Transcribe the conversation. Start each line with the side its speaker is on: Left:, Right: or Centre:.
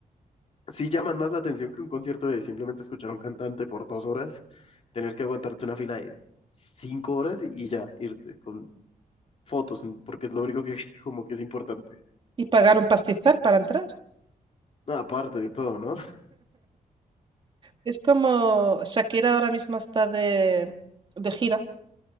Left: sí llaman más la atención que un concierto de simplemente escuchar a un cantante por dos horas, tener que aguantarte una fila de cinco horas y, y ya, irte con fotos, en- porque es lo único que <laughs> como que es importante.
Right: Y pagar un pastizal para entrar.
Left: No, aparte de todo, ¿no?
Right: Es como Shakira ahora mismo está de, de gira